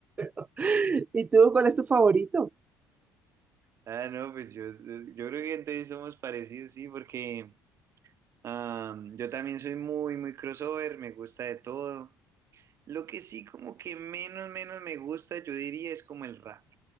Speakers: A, on the right; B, on the right.
A: <laughs> ¿Y tú, cuál es tu favorito?
B: Ah, no, pues yo, yo creo que entonces somos parecidos, sí, porque am, yo también soy muy, muy crossover, me gusta de todo. Lo que sí como que menos, menos me gusta, yo diría, es como el rap.